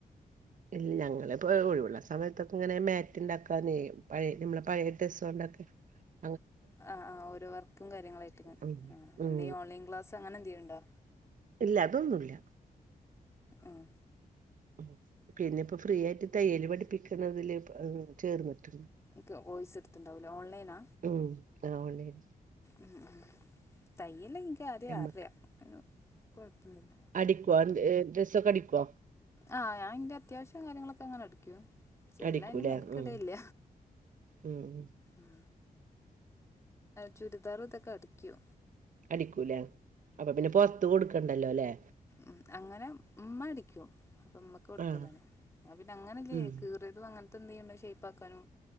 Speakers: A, on the right; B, on the left.
A: ഇല്ല ഞങ്ങള്പ്പോ ഒഴിവുള്ള സമയത്തൊക്കെ ഇങ്ങനെ മാറ്റ് ഇണ്ടാക്കാന് പയേ നമ്മള പഴയ ഡ്രസ്സ്കൊണ്ടൊക്കെ <unintelligible>
B: ആ ആ ഓരോ വർക്കും കാര്യങ്ങളായിട്ട്ങ്ങനെ
A: ഉം
B: ആഹ്
A: ഉം
B: എന്തേയ്ലു ഓൺലൈൻ ക്ലാസ് അങ്ങനെ എന്തേലുംണ്ടോ
A: ഇല്ല അതൊന്നുല്ല.
B: ആഹ്
A: ഉ പിന്നെപ്പോ ഫ്രീ ആയിട്ട് തയ്യല് പഠിപ്പിക്കണതില് ചേർന്നിട്ട്ണ്ട്.
B: ക്ക് വോയ്സ് എടുത്തണ്ടാവുലെ ഓൺലൈനാ
A: ഉം ആഹ് ഓൺലൈൻ
B: ഉ ഉ തയ്യല് ൻക്ക് ആദ്യേ
A: നമ്മക്ക്
B: അറിയാം അ കൊഴപ്പൊന്നില്ല.
A: അടിക്കുവ ഡ്രസ്സൊക്കെ അടിക്കോ?
B: ആഹ് ഞാൻന്റെ അത്യാവശ്യം കാര്യങ്ങളൊക്കെ അങ്ങനെ അടിക്കും ക്ഷെ
A: അടിക്കൂലേ
B: എല്ലായനും മെനക്കടലില്ല.
A: ഉം ഉം ഉ
B: ഉം ചുരിദാറു ഇതൊക്കെ അടിക്ക്യൂ.
A: അടിക്കൂലേ അപ്പൊ പിന്നെ പൊർത്ത് കൊടുക്കണ്ടല്ലോ അല്ലേ?
B: ഉ അങ്ങനെ മ്മടിക്കും അപ്പ ഉമ്മക്ക് കൊടുക്കലാണ്
A: ആഹ്
B: ഞാൻ പിന്നെ അങ്ങനല്ലേ
A: ഉം
B: കീ തു അങ്ങൻത്തെ എന്തേലുംണ്ടേ ഷേപ്പാക്കാനു